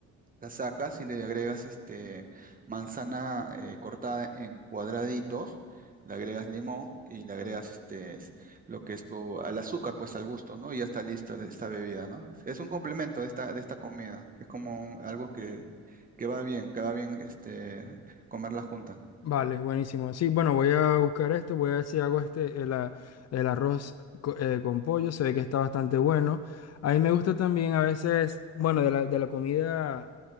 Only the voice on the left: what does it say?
Vale, buenísimo. Sí, bueno, voy a buscar esto, voy a ver si hago este, el, a- el arroz co- eh, con pollo, se ve que está bastante bueno. A mí me gusta también a veces, bueno, de la, de la comida.